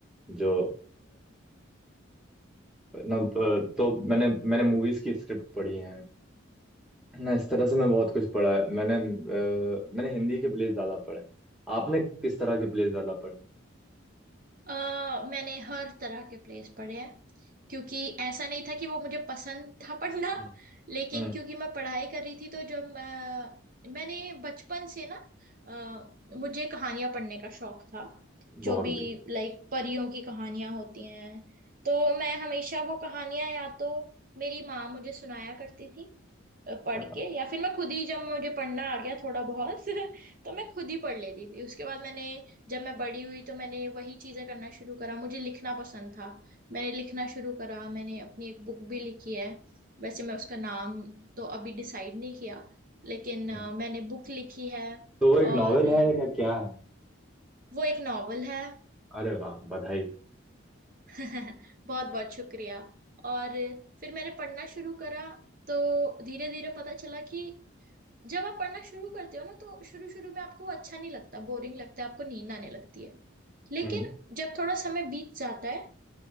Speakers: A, in the centre; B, on the right.
A: जो ना प- तो मैंने मैंने मूवीज की स्क्रिप्ट पढ़ी है ना इस तरह से मैं बहुत कुछ पढ़ा है मैंने अ, मैंने हिंदी के प्लेस ज्यादा पढ़े हैं आपने किस तरह के प्लेस ज्यादा पढ़े हैं?
B: अ मैंने हर तरह के प्लेस पढ़े हैं क्योंकि ऐसा नहीं था कि वो मुझे पसंद था पढ़ना
A: हम्म
B: लेकिन
A: हम्म,
B: क्योंकि मैं पढ़ाई कर रही थी तो जब अ, मैंने बचपन से ना अ, मुझे कहानियां पढ़ने का शौक था जो
A: बहुत
B: भी
A: बढ़िया
B: लाइक परियों की कहानियां होती हैं तो मैं हमेशा वो कहानियां या तो मेरी माँ मुझे सुनाया करती थी अ, पढ़
A: क्या बात
B: के या फिर मैं खुद ही जब मुझे पढ़ना आ गया थोड़ा बहुत <laughs> तो मैं खुद ही पढ़ लेती थी उसके बाद मैंने जब मैं बड़ी हुई तो मैंने वही चीजें करना शुरू करा मुझे लिखना पसंद था मैंने लिखना शुरू करा मैंने अपनी एक बुक भी लिखी है वैसे मैं उसका नाम तो अभी डिसाइड नहीं किया लेकिन
A: है
B: अ,
A: हम्म,
B: मैंने बुक लिखी है
A: तो वो एक
B: और
A: नॉवेल
B: अ,
A: है या क्या है
B: वो एक नॉवल है
A: अरे वाह बधाई
B: <laughs> बहुत बहुत शुक्रिया और फिर मैंने पढ़ना शुरू करा तो धीरे धीरे पता चला कि जब आप पढ़ना शुरू करते हो ना तो शुरू शुरू में आपको वो अच्छा नहीं लगता बोरिंग लगता है आपको नींद आने लगती है लेकिन
A: हम्म,
B: जब थोड़ा समय बीत जाता है